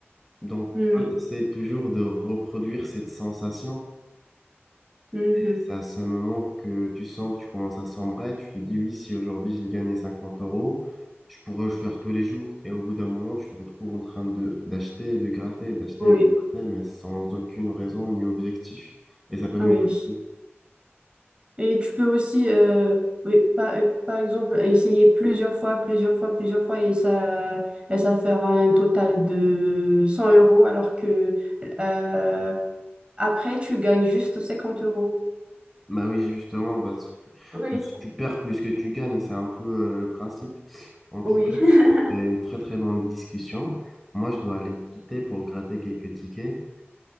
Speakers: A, in the centre; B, on the right (about 25°).
A: Donc,
B: oui,
A: toi, tu essaies toujours de reproduire cette sensation.
B: mhm.
A: Et C'est à ce moment que tu sens que tu commences à sombrer, tu te dis oui, si aujourd'hui j'ai gagné 50 euros, je pourrais le faire tous les jours. Et au bout d'un moment, tu te retrouves en train de d'acheter, et de gratter, d'acheter,
B: Oui.
A: et de gratter, mais sans aucune raison ni objectif. Et ça peut
B: Oui.
A: nuire à ta vie.
B: Et tu peux aussi euh, oui, par, par exemple essayer plusieurs fois, plusieurs fois, plusieurs fois et ça et ça fera un total de 100 euros alors que euh, Après, tu gagnes juste 50 euros.
A: Bah oui, justement, bah, si tu,
B: Oui.
A: bah, si tu perds plus que tu gagnes, et c'est un peu euh, le principe. En
B: Oui.
A: tout cas,
B: <laughs>
A: c'était une très très bonne discussion. Moi, je dois aller quitter pour gratter quelques tickets.